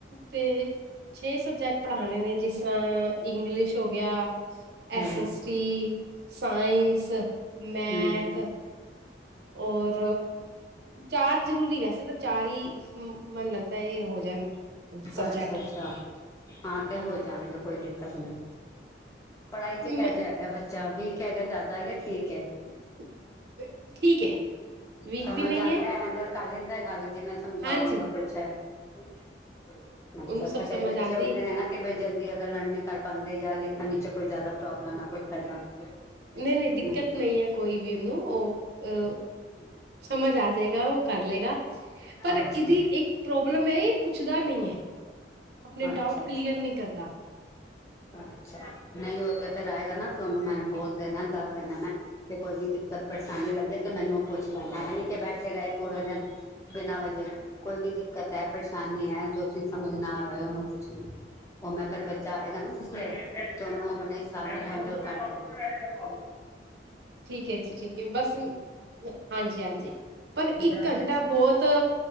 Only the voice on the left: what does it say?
ਹਮ
ਹਮ
ਅੱਛਾ ਅੱਛਾ ਹਾਂ ਤੇ ਹੋ ਜਾਣਗੇ ਕੋਈ ਦਿੱਕਤ ਨੀ, ਪੜ੍ਹਾਈ 'ਚ ਕਹਿ
ਜਾਏਗਾ ਬ ਜਾਂ ਵੀਕ ਹੈਗਾ ਜ਼ਿਆਦਾ ਈ ਠੀਕ ਹੈ
ਸਮਨ
ਜਾਂਦਾ
ਏ ਹੈਂਡਲ ਕਰ ਲੈਂਦਾ ਗੱਲ ਜਿਵੇਂ ਸਮਝਾਓ
ਜਾਂ ਕੁਛ ਹੈ, ਅੱਛਾ-
ਅੱਛਾ
ਕਈ ਬੱਚੇ
ਹੁੰਦੇ ਨੇ ਨਾ ਕਿ ਬਈ ਜਲਦੀ ਅਗਰ ਲਰਨ ਨਹੀਂ ਕਰ ਪਾਉਂਦੇ ਜਾਂ ਲਿਖਣ ਵਿੱਚ ਕੋਈ ਜ਼ਿਆਦਾ ਪ੍ਰੋਬਲਮ ਹੈ ਕੀਤਾ ਜਾ ਹਮ
ਅੱਛਾ
ਅੱਛਾ-
ਅੱਛਾ
ਅੱਛਾ, ਨਹੀਂ ਉਹ ਤੇ ਫਿਰ ਆਏਗਾ ਨਾ ਤੁ ਉਹਨੂੰ ਮੈਂਨੂੰ ਬੋਲ ਦੇਣਾ ਦੱਸ ਦੇਣਾ ਮੈਂ ਤੇ ਕੋਈ ਵੀ ਦਿੱਕਤ ਪਰੇਸ਼ਾਨੀ ਲੱਗੇ ਤੇ ਮੈਨੂੰ ਪੁੱਛ ਲੈਂਣਾ, ਹੈ ਨੀ ਕਿ ਬੈਠੇ ਰਹੇ ਪੂਰੇ ਦਿਨ ਬਿਨਾਂ ਵਜੇ, ਕੋਈ ਵੀ ਦਿੱਕਤ ਹੈ ਪਰੇਸ਼ਾਨੀ ਹੈ ਜੋ ਚੀਜ਼ ਸਮਝ ਨਾ ਆ ਰਹੇ ਉਹਨੂੰ ਪੁੱਛਣੀ ਉਹ ਮੈਂ ਫਿਰ ਬੱਚਾ ਆਏਗਾ ਨਾ ਜਿਸ ਵੇਲੇ, ਤੇ ਉਹਨੂੰ ਆਪਣੇ ਹਿਸਾਬ ਨਾਲ ਹੈਂਡਲ ਕਰ ਲੈਣਾ
ਹਾਂ